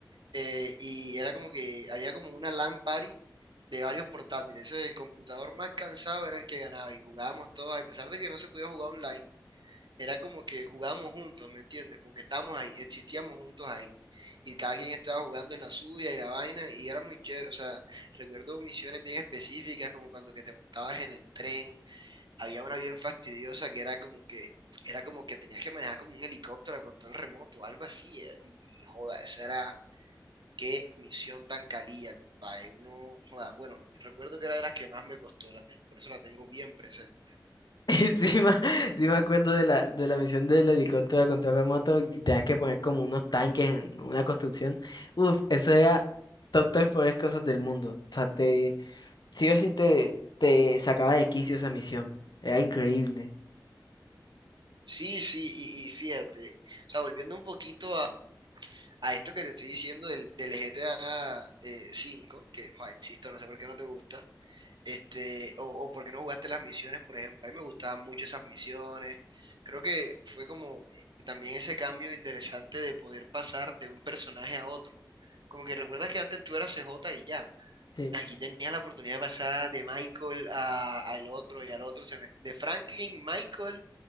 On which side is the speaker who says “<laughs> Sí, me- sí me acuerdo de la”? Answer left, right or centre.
Left